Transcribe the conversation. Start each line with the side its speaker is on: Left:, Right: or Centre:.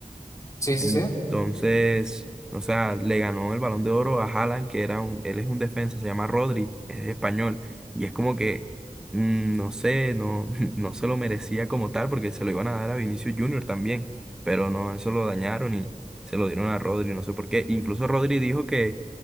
Left: Sí, sí,
Centre: Entonces,
Left: sí.
Centre: o sea, le ganó el Balón de Oro a Haaland, que era un, él es un defensa, se llama Rodri, es español. Y es como que, mm, no sé, no, <laughs> no se lo merecía como tal, porque se lo iban a dar a Vinicius Junior también. Pero no, eso lo dañaron y se lo dieron a Rodri, no sé por qué. Incluso Rodri dijo que,